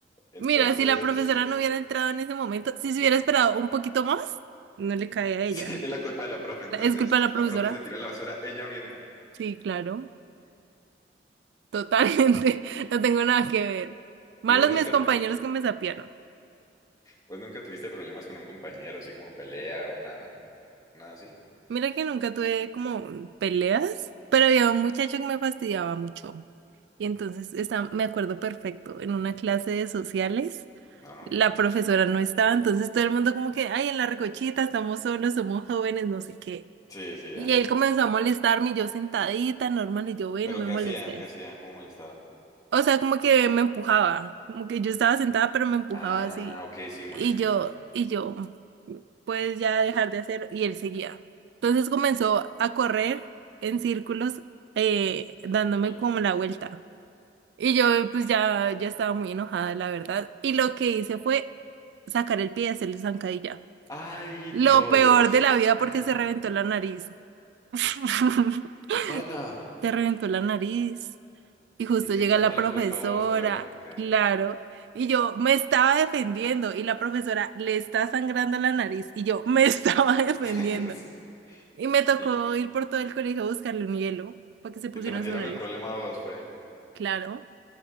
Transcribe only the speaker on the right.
Mira, si la profesora no hubiera entrado en ese momento, si se hubiera esperado un poquito más, no le cae
a ella.
La- ¿Es culpa de la
profesora?
Sí, claro, totalmente. <laughs> No tengo nada que ver. Malos
mis compañeros que me sapearon.
Mira que nunca tuve como peleas, pero había un muchacho que me fastidiaba mucho. Y entonces está, me acuerdo perfecto, en una clase de sociales,
la profesora no estaba, entonces todo el mundo como que, ay, en la recochita, estamos solos, somos jóvenes, no sé qué.
Y
él comenzó a molestarme, y yo sentadita, normal, y yo, bueno,
no
me molestes.
O sea, como que me empujaba, como que yo estaba sentada, pero me empujaba
así.
Y yo,
y yo, pues ya dejar de hacer, y él seguía. Entonces comenzó a correr en círculos, eh, dándome
como la vuelta. Y yo, pues ya, ya estaba muy enojada, la verdad. Y lo que hice fue sacar el pie y hacerle zancadilla.
Lo
peor de la
vida
porque se reventó la nariz. <laughs>
Se reventó la nariz. Y justo
llega
la profesora,
claro, y yo me estaba defendiendo y la profesora le está sangrando la nariz y yo me <laughs> estaba defendiendo.
Y me tocó
ir por todo el colegio a buscarle un hielo para que se pusiera
en su nariz,
claro.